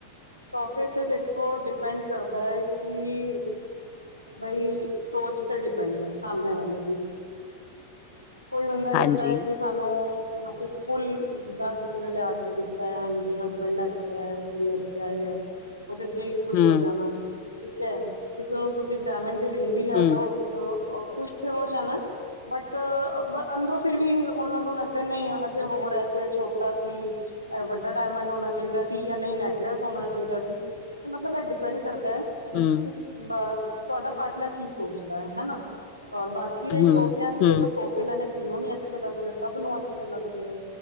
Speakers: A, on the right; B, on the left.
A: ਤੋਹਫ਼ੇ ਤੇ ਦੇਖੋ ਡਿਪੈਂਡ ਕਰਦਾ ਹੈ ਕਿ। ਬਈ ਸੋਚ ਤੇ ਡਿਪੈਂਡ ਹੈ ਸਾਹਮਣੇ ਵਾਲੇ ਦੀ। ਕੋਈ ਬੰਦਾ ਕਹਿੰਦਾ
B: ਹਾਂਜੀ
A: ਐ ਕਿ ਸਾਨੂੰ। ਇੱਕ ਫੁੱਲ ਜਿੱਦਾਂ ਕਿਸੇ ਨੇ ਲਿਆ ਕੇ ਦਿੱਤਾ ਆ ਹਾਂਜੀ ਹਸਬੈਂਡ ਲੈ ਕੇ ਆਏ ਫੁੱਲ ਲੈ ਕੇ ਆਏ। ਉਹਦੇ 'ਚ ਹੀ ਖੁਸ਼
B: ਹੂੰ,
A: ਹੋ ਜਾਣਾ ਠੀਕ ਐ। ਕਿਸੇ ਨੂੰ ਤੁਸੀਂ ਡਾਇਮੰਡ ਦੀ ਰਿੰਗ ਵੀ ਲਿਆ
B: ਹੂੰ,
A: ਦੋ। ਖੁਸ਼ ਤੇ ਹੋ ਜਾਣਾ ਬਟ ਅੰਦਰੋਂ ਫਿਰ ਵੀ ਉਹਨਾਂ ਨੂੰ ਏਦਾਂ ਨਹੀਂ ਆ ਅਜੇ ਹੋਰ ਇਹ ਤੇ ਛੋਟਾ ਸੀ। ਵੱਡਾ ਡਾਇਮੰਡ ਹੋਣਾ ਚਾਹੀਦਾ ਸੀ ਜਾਂ ਨਹੀਂ ਨੈਕਲੈਸ ਹੋਣਾ ਚਾਹੀਦਾ ਸੀ। ਮਤਲਬ ਇਹ ਡਿਪੈਂਡ ਕਰਦਾ
B: ਹੂੰ,
A: ਕੀ। ਬਸ ਤੁਹਾਡਾ ਪਾਰਟਨਰ ਕੀ ਸੋਚਦਾ ਹਨਾ ਔਰ ਬਾਕੀ ਰਹੀ
B: ਹੂੰ,
A: ਤੋਹਫ਼ਿਆਂ ਦੀ
B: ਹੂੰ,
A: ਦੇਖੋ ਤੋਹਫ਼ੇ ਤੋਹਫ਼ੇ ਲੈਣੇ ਕਿਨੂੰ ਨੀ ਅੱਛੇ ਲੱਗਦੇ ਸਭ ਨੂੰ ਅੱਛੇ ਲੱਗਦੇ